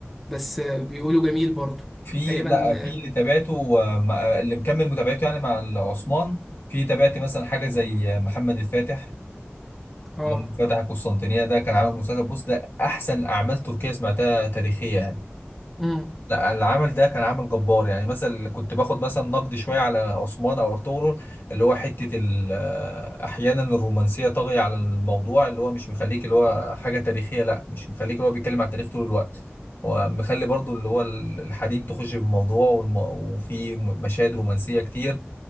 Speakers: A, in the centre; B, on the left.
A: بس آه، بيقولوا جميل برضه
B: في
A: تقريبا
B: لا في
A: اه
B: اللي تابعته آه، م- آه، اللي مكمل متابعته يعني مع عثمان في تابعت مثلا حاجة زي آه، محمد الفاتح
A: اه
B: اللي هو فتح القسطنطينية ده كان عامل مسلسل بص ده أحسن أعمال تركية سمعتها تاريخية يعني
A: مم.
B: لا اللي عمل ده كان عامل جبار يعني مثلا كنت باخد مثلا نقد شويه على عثمان او ارطغرل اللي هو حته ال- آه، احيانا الرومانسيه طاغيه على الموضوع اللي هو مش مخليك اللي هو حاجه تاريخيه لا مش مخليك اللي هو بيتكلم على التاريخ طول الوقت هو مخلي برضو اللي هو ال- الحريم تخش في الموضوع والم- وفي م- مشاهد رومانسيه كتير